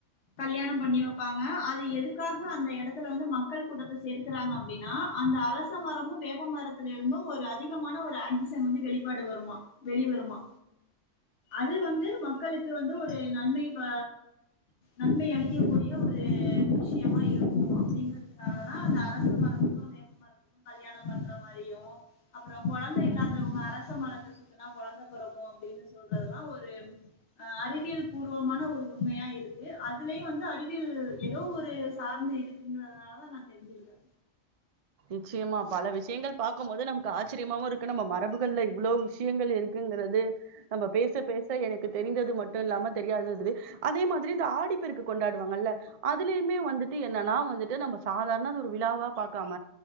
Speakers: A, on the left; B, on the right.
A: கல்யாணம் பண்ணி வப்பாங்க அது எதுக்காக அந்த எடத்துல வந்து மக்கள் கூட்டத்த சேர்க்கிறாங்க அப்டினா அந்த அரச மரமு வேப்பமரத்தில இருந்தும் ஒரு அதி திகமான ஒரு ஆக்சிஷன் வந்து வெளிப்பாடு வருமா வெளிவருமா அது வந்து மக்களுக்கு வந்து ஒரு நன்மை ப நன்மை அளிக்கக்கூடிய ஒரு விஷயமா இருக்கு அப்டிங்கறதுக்காகதா அந்த அரச மரத்துக்கு வேப்ப மரத்துக்கு கல்யாணோ பண்ற மாரியு அப்பறோ கொழந்த இல்லாதவங்க அரச மரத்த சுத்துனா கொழந்த பொறக்கு அப்டினு சொல்றதலா ஒரு அ அறிவியல் பூர்வமான ஒரு உண்மையா இருக் கு அதுலயு வந்து அறிவியல் ஏதோ ஒரு சார்ந்து இருக்குங்கறதுனாலதா நா தெரிஞ்சுருக்கே
B: நிச்சயமா பல விஷயங்கள் பாக்கும்போது நமக்கு ஆச்சரியமாவு இருக்கு நம்ம மரபுகள்ல இவ்ளோ விஷயங்கள் இருக்குங்குறது நம்ம பேச பேச எனக்கு தெரிந்தது மட்டு இல்லாம தெரியாதது இருந்துது அதே மாதிரி இந்த ஆடிப்பெருக்கு கொண்டாடுவாங்கல்ல அதுலயுமே வந்துட்டு என்னனா வந்துட்டு நம்ம சாதாரணது ஒரு விழாவா பாக்காம